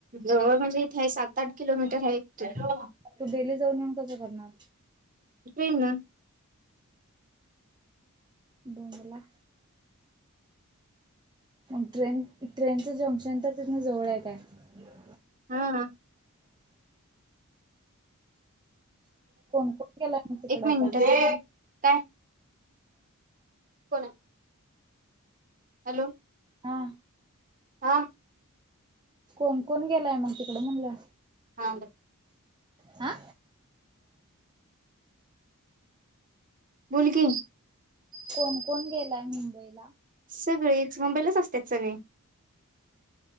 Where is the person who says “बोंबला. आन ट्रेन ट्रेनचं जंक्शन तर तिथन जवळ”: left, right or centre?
Right